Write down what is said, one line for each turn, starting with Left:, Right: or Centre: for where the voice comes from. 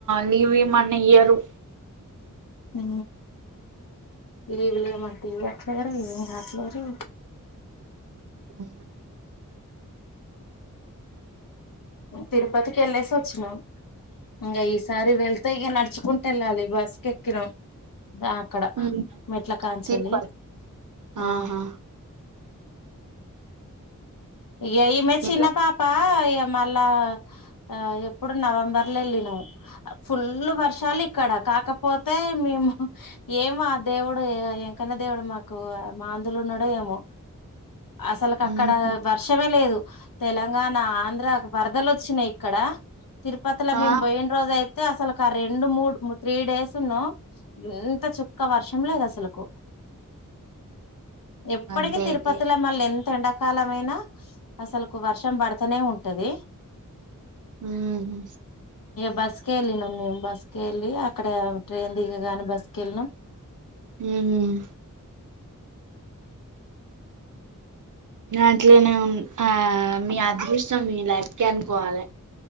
Right: లీవ్ ఇయ్మన్నా ఇయ్యరు.
Left: ఊ లీవులు ఇయ్యమంటే ఇయట్లేరు వినట్లేదు.
Right: ఊ
Left: తిరుపతికి వెళ్ళేసి వచ్చినాం. ఇంగ ఈసారి వెళతే ఇక నడుచుకుంటా వెళ్ళాలి బస్ కెక్కినం. బా అక్కడ
Right: ఉమ్
Left: మెట్లకానించెల్లి
Right: తిరుపతి
Left: ఆ.
Right: ఆహా
Left: ఇగ ఈమె చిన్న
Right: ఇంకా
Left: పాపా ఇగ. మళ్ళా ఆ ఎప్పుడు నవంబర్ లో ఎల్లినం ఫుల్ వర్షాలు ఇక్కడ కాకపోతే మేము ఏమో ఆ దేవుడు ఎంకన్నా దేవుడు మాకు మాందులు ఉన్నాడో ఏమో అసలక్ అక్కడ
Right: ఉమ్
Left: లేదు తెలంగాణ ఆంధ్ర వరదలు వచ్చినాయి ఇక్కడ తిరుపతిలో
Right: ఆ
Left: మేము పోయిన రోజు అయితే అసల ఒక రెండు మూడు త్రీ డేస్ ఉన్నాం ఇంత చుక్క వర్షం లేదు అసలులకు ఎప్పటికి
Right: గ్రేటే
Left: తిరుపతి లో మళ్ళీ ఎం ఎండాకాలమైన అసలకు వర్షం పడతానే ఉంటది
Right: ఉమ్
Left: బస్ కె వెళ్ళినం మేము బస్ కే ఏళ్ళి అక్కడ ట్రైన్ దిగగానే బస్ కే వెళ్ళినాం
Right: ఉమ్ అట్లనే ఆ మీ అదృష్టం మీ లైఫ్ కె అనుకోవాలె